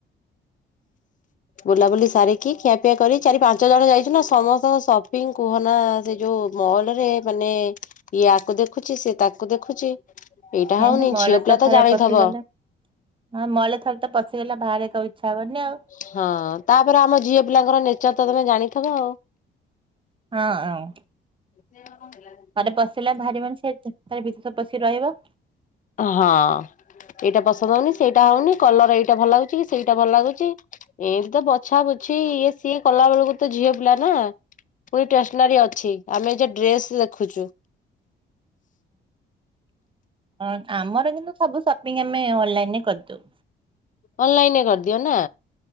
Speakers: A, on the left (about 40°); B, on the right (about 25°).
A: ବୁଲାବୁଲି ସାରିକି ଖିଆପିଆ କରି ଚାରି ପାଞ୍ଚ ଜଣ ଯାଇଛୁ ନା ସମସ୍ତଙ୍କୁ ସ ପିଙ୍କ କୁହନା ସେ ଯୋଉ ମହଲ ରେ ମାନେ ଇଏ ଆକୁ ଦେଖୁଛି ସିଏ ତାକୁ ଦେଖୁଛି ଏଇଟା
B: ହଁ
A: ହଉନି
B: ସେ ମଲ୍
A: ଝିଅ
B: ରେ
A: ପିଲା
B: ଥରେ
A: ତ ଜାଣିଥବ
B: ପଶିଗଲେ ହଁ ମହଲ ରେ ଥରେ ତ ପଶିଗଲେ ବାହାରିବାକୁ ଆଉ ଇଚ୍ଛା ହବନି ଆଉ
A: ହଁ ତାପରେ ଆମ ଝିଅ ପିଲାଙ୍କର ନେଚର ତ ତମେ ଜାଣିଥିବ ଆଉ
B: ହଁ ଆଉ
A: ଦେଓଗାଁ କଣ ଥିଲା
B: ଥରେ ପଶିଗଲା ଭାରି ମାନେ ସେ ଭିତରେ ପଶିକି ରହିବ
A: ହଁ ଏଇଟା ପସନ୍ଦ ହଉନି ସେଇଟା ହଉନି କଲର ଏଇଟା ଭଲ ଲାଗୁଛି କି ସେଇଟା ଭଲ ଲାଗୁଛି ଏ ତ ବଛା ବୁଛି ଇଏ ସିଏ କଲା ବେଳକୁ ତ ଝିଅ ପିଲା ନା ପୁଣି ଷ୍ଟେସନାରୀ ଅଛି ଆମେ ଏଯାଏ ଡ୍ରେସ ଦେଖୁଛୁ
B: ହଁ ଆମର କିନ୍ତୁ ସବୁ ସପିଙ୍ଗ ଆମେ ଅନଲାଇନରେ କରିଦଉ
A: ଅନଲାଇନ ରେ କରିଦିଅ ନା